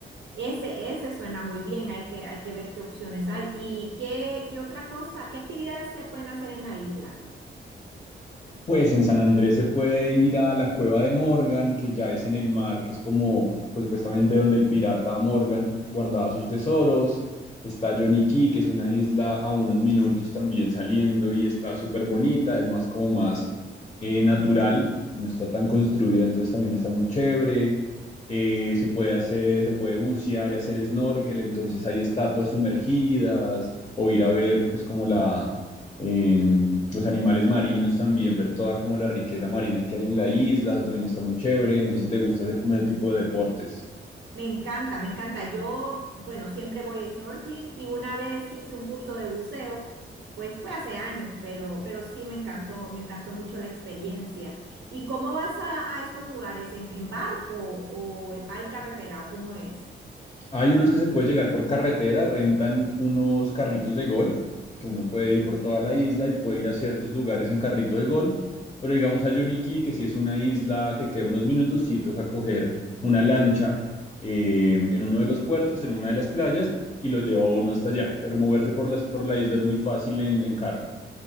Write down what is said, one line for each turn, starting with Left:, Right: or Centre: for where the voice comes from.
Right: Ese, ese suena muy bien, hay que, hay que ver qué opciones hay. ¿Y qué, qué otra cosa, qué actividades se pueden hacer en la isla?
Left: Pues en San Andrés se puede ir a la cueva de Morgan, que ya es en el mar, que es como, pues supuestamente donde el pirata Morgan guardaba sus tesoros. Está Johnny Cay, que es una isla a unos minutos también saliendo y está súper bonita, es más como más eh, natural, no está tan construida, entonces también está muy chévere. Eh, se puede hacer, se puede bucear y hacer snorkel, entonces hay estatuas sumergidas o ir a ver pues como la eh, los animales marinos también, ver toda como la riqueza marina que hay en la isla, eso también está muy chévere, no sé si te gusta hacer como ese tipo de deportes.
Right: Me encanta, me encanta. Yo, bueno, siempre voy a snorkeling y una vez hice un curso de buceo, pues fue hace años, pero, pero sí me encantó, me encantó mucho la experiencia. ¿Y cómo vas a, a estos lugares? ¿En, en barco o hay carretera o cómo es?
Left: Hay unos que se puede llegar por carretera, rentan unos carritos de golf, que uno puede ir por toda la isla y puede ir a ciertos lugares en carrito de golf, pero digamos a Yoniki, que si es una isla que queda unos minutos, sí toca coger una lancha eh, en uno de los puertos, en una de las playas, y lo lleva uno hasta allá, pero moverse por, las, por la isla es muy fácil en, en carro.